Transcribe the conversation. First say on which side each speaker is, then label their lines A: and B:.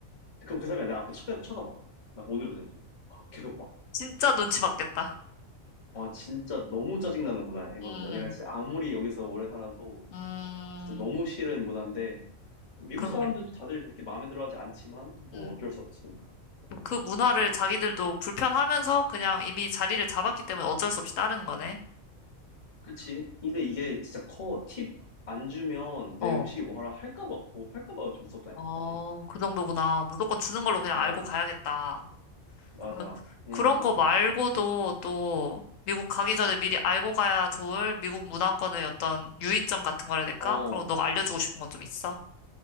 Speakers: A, on the left; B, on the left.
A: 그럼 그 사람이 내 앞에 쳐다, 쳐다봐. 나 뭐 누르는지. 아, 계속 봐.
B: 진짜 눈치 받겠다.
A: 아, 진짜 너무 짜증나는 문화야, 이거는.
B: 음,
A: 내가 진짜 아무리 여기서 오래 살아도
B: 음,
A: 진짜 너무 싫은 문화인데, 미국
B: 그러게.
A: 사람들도 다들 그렇게 마음에 들어 하지 않지만, 뭐
B: 음.
A: 어쩔 수 없으니까.
B: 그 문화를
A: 그래서
B: 자기들도
A: 주는 거지.
B: 불편하면서 그냥 이미 자리를 잡았기 때문에 어쩔 수 없이 따르는 거네.
A: 그치? 근데 이게 진짜 커. 팁 안 주면 내
B: 어,
A: 음식이 뭐 하라 할까봐, 뭐 할까봐 좀 무섭다니까,
B: 어,
A: 사실.
B: 그 정도구나. 무조건 주는 걸로 그냥
A: 어,
B: 알고 가야겠다.
A: 맞아.
B: 그러면
A: 그냥,
B: 그런 거 말고도 또 미국 가기 전에 미리 알고 가야 좋을 미국 문화권의 어떤 유의점 같은 거라 해야 될까?
A: 어,
B: 그런 거 너가 알려주고 싶은 거 좀 있어?